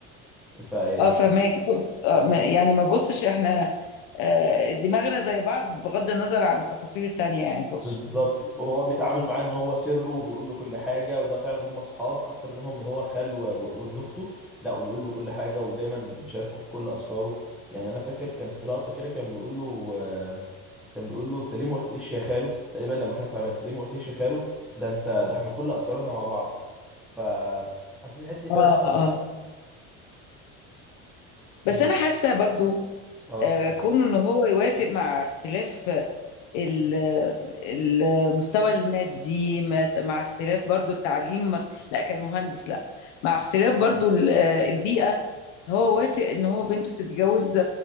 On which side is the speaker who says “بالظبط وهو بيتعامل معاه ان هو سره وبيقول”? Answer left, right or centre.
Centre